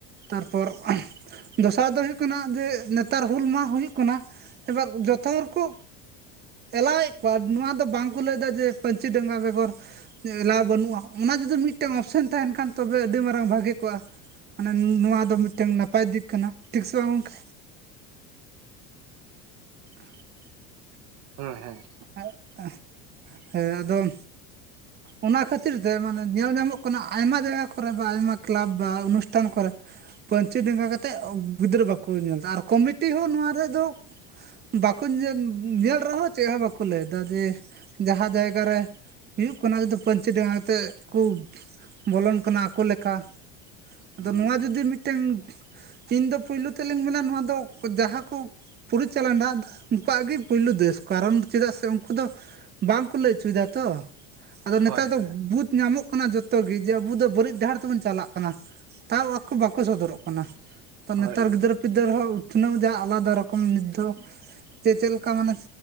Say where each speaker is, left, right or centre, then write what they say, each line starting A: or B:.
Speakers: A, on the right; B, on the right.
A: ᱛᱟᱨᱯᱚᱨ ᱫᱚᱥᱟᱨ ᱫᱚ ᱦᱩᱭᱩᱜ ᱠᱟᱱᱟ ᱡᱮ ᱱᱮᱛᱟᱨ ᱦᱩᱞ ᱢᱟᱦᱟ ᱦᱩᱭᱩᱜ ᱠᱟᱱᱟ ᱮᱵᱟᱨ ᱡᱚᱛᱚ ᱦᱚᱲ ᱠᱚ ᱮᱞᱟᱣᱮᱫ ᱠᱚᱣᱟ ᱱᱚᱣᱟ ᱫᱚ ᱵᱟᱝ ᱠᱚ ᱞᱟᱹᱭᱫᱟ ᱡᱮ ᱯᱟᱹᱧᱪᱤ ᱰᱟᱸᱜᱟ ᱵᱮᱜᱚᱨ ᱮᱞᱟᱣ ᱵᱟᱹᱱᱩᱜᱼᱟ ᱚᱱᱟ ᱡᱩᱫᱤ ᱢᱤᱫᱴᱮᱱ ᱚᱯᱥᱮᱱ ᱛᱟᱦᱮᱱ ᱠᱷᱟᱱ ᱛᱚᱵᱮ ᱟᱹᱰᱤ ᱢᱟᱨᱟᱝ ᱢᱟᱨᱟᱝ ᱵᱷᱟᱹᱜᱮ ᱠᱚᱜᱼᱟ ᱢᱟᱱᱮ ᱱᱚᱣᱟ ᱫᱚ ᱢᱤᱫᱴᱝ ᱱᱟᱯᱟᱭ ᱫᱤᱠ ᱠᱟᱱᱟ ᱴᱷᱤᱠ ᱥᱮ ᱵᱟᱝ ᱜᱚᱢᱠᱮ <inaudible>
B: ᱦᱚᱭ ᱦᱚᱭ
A: <unintelligible> ᱦᱮᱸ ᱟᱫᱚ ᱚᱱᱟ ᱠᱷᱟᱹᱛᱤᱨ ᱛᱮ ᱢᱟᱱᱮ ᱧᱮᱞ ᱧᱟᱢᱚᱜ ᱠᱟᱱᱟ ᱟᱭᱢᱟ ᱡᱟᱭᱜᱟ ᱠᱚ ᱨᱮ ᱫᱚ ᱟᱭᱢᱟ ᱠᱞᱟᱵᱽ ᱵᱟ ᱚᱱᱩᱥᱴᱷᱟᱱ ᱠᱚ ᱨᱮ ᱯᱟᱹᱧᱪᱤ ᱰᱮᱸᱜᱟ ᱠᱟᱛᱮᱫ ᱜᱤᱫᱽᱨᱟᱹ ᱵᱟᱠᱚ ᱧᱮᱞᱫᱟ ᱟᱨ ᱠᱚᱢᱤᱴᱤ ᱦᱚᱸ ᱱᱚᱣᱟ ᱨᱮ ᱫᱚ ᱵᱟᱠᱚ ᱧᱮᱞ ᱧᱮᱞ ᱨᱮ ᱦᱚᱸ ᱪᱮᱫ ᱦᱚᱸ ᱵᱟᱠᱚ ᱠᱚ ᱞᱟᱹᱭᱮᱫᱟ ᱡᱮ ᱡᱟᱦᱟᱸ ᱡᱟᱭᱜᱟ ᱨᱮ ᱦᱩᱭᱩᱜ ᱠᱟᱱᱟ ᱯᱟᱹᱧᱪᱤ ᱰᱮᱸᱜᱟ ᱠᱟᱛᱮᱫ ᱠᱩ ᱵᱚᱞᱚᱱ ᱠᱟᱱᱟ ᱟᱠᱚ ᱞᱮᱠᱟ ᱟᱫᱚ
B: ᱦᱩᱸ
A: ᱱᱚᱣᱟ
B: ᱦᱩᱸ
A: ᱡᱩᱫᱤ ᱢᱤᱫᱴᱝ ᱫᱤᱱ ᱫᱚ ᱯᱩᱭᱞᱩ ᱛᱮᱞᱤᱤᱧ ᱢᱮᱱᱟ ᱱᱚᱣᱟ ᱫᱚ ᱡᱟᱦᱟᱸ ᱠᱚ ᱯᱚᱨᱤᱪᱟᱞᱱᱟ ᱫᱟᱫᱽ ᱩᱱᱠᱩᱣᱟᱜ ᱜᱮ ᱯᱩᱭᱞᱩ ᱫᱮᱥ ᱠᱟᱨᱚᱱ ᱪᱮᱫᱟᱜ ᱥᱮ ᱩᱱᱠᱩ ᱫᱚ ᱵᱟᱝᱠᱚ ᱞᱟᱹᱭ ᱚᱪᱚᱭᱮᱫᱟ ᱛᱚ ᱟᱫᱚ
B: ᱦᱳᱭ
A: ᱱᱮᱛᱟᱨ ᱫᱚ
B: ᱦᱳᱭ
A: ᱵᱩᱫ ᱧᱟᱢᱚᱜ ᱠᱟᱱᱟ ᱡᱚᱛᱚ ᱜᱮ ᱡᱮ ᱟᱵᱚ ᱫᱚ ᱵᱟᱹᱲᱤᱡ ᱰᱟᱦᱟᱨ ᱛᱮᱵᱚᱱ ᱪᱟᱞᱟᱜ ᱠᱟᱱᱟ ᱛᱟᱣ ᱟᱠᱚ ᱵᱟᱠᱚ ᱥᱚᱫᱚᱨᱚᱜ ᱠᱟᱱᱟ ᱛᱚ ᱱᱮᱛᱟᱨ
B: ᱦᱳᱭ
A: ᱜᱤᱫᱽᱨᱟᱹ <inaudible> ᱩᱛᱱᱟᱹᱣ ᱡᱟᱦᱟ ᱟᱞᱟᱫᱟ ᱨᱚᱠᱚᱢ ᱱᱤᱛ ᱫᱚ ᱡᱮ ᱪᱮᱫ ᱞᱮᱠᱟ ᱢᱟᱱᱮ